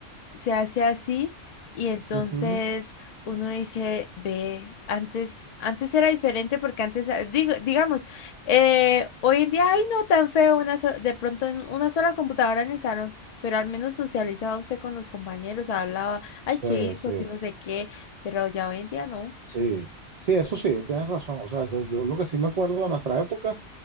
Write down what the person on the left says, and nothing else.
se hace así y entonces
uno dice, ve, antes, antes era diferente porque antes, ah, digo, digamos, eh, hoy en día, ay, no tan feo, una so- de pronto en una sola computadora en el salón, pero al menos socializaba usted con los compañeros, hablaba, ay, qué
hizo,
que no sé qué, pero ya hoy en día no.